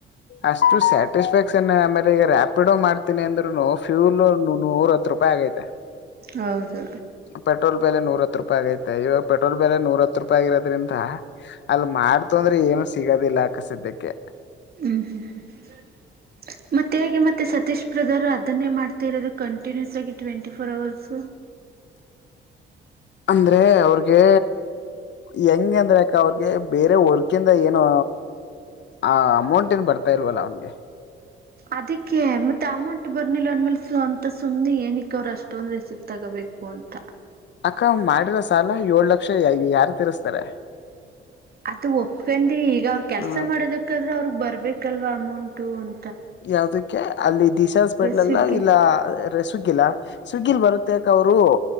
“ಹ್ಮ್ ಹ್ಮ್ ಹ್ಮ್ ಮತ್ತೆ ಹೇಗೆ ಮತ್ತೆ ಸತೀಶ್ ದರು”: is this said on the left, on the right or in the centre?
Right